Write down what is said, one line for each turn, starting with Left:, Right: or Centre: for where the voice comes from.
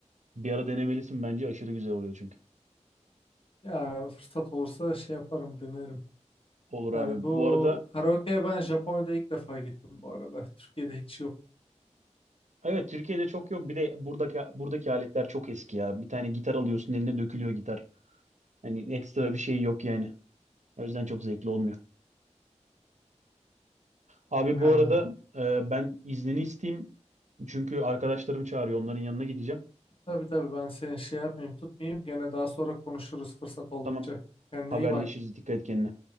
Right: Bir ara denemelisin bence aşırı güzel oluyor çünkü.
Left: Ya fırsat olursa şey yaparım denerim.
Right: Olur
Left: Yani
Right: abi. Bu
Left: bu
Right: arada
Left: karaoke'ye ben Japonya'da ilk defa gittim bu arada. Türkiye'de hiç yok.
Right: evet Türkiye'de çok yok. Bir de buradaki buradaki aletler çok eski ya. Bir tane gitar alıyorsun eline dökülüyor gitar. Hani ekstra bir şey yok yani. O yüzden çok zevkli olmuyor. Abi
Left: Ha.
Right: bu arada e, ben iznini isteyeyim. Çünkü arkadaşlarım çağırıyor. Onların yanına gideceğim.
Left: Tabii tabii ben seni şey yapmayayım tutmayayım. Gene daha sonra konuşuruz fırsat oldukça.
Right: Tamam.
Left: Kendine
Right: Haberleşiriz.
Left: iyi bak.
Right: Dikkat et kendine.